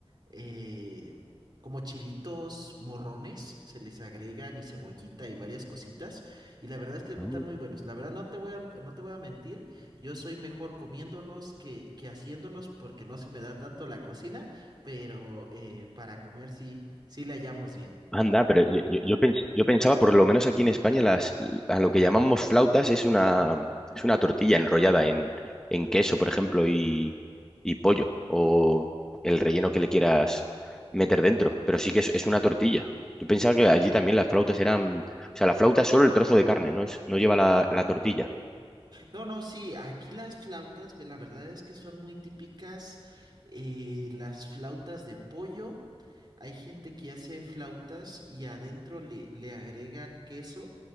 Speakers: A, on the right; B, in the centre.
A: eh, como chilitos morrones, se les agregan y cebollita y varias cositas y la verdad es que están
B: Ah,
A: muy buenos. La verdad no te voy a, no te voy a mentir, yo soy mejor comiéndolos que, que haciéndolos porque no se me da tanto la cocina, pero eh, para comer sí, sí le hallamos bien.
B: Anda, pero yo, yo, yo pens- yo pensaba, por lo menos aquí en España, las, a lo que llamamos flautas es una, es una tortilla enrollada en, en queso, por ejemplo, y, y pollo, o el relleno que le quieras meter dentro, pero sí que es, es una tortilla. Yo pensaba que allí también las flautas eran, o sea, la flauta es solo el trozo de carne, no, es, no lleva la, la tortilla.
A: No, no, sí, aquí las flautas, ve, la verdad es que son muy típicas eh, las flautas de pollo. Hay gente que hace flautas y adentro le, le agregan queso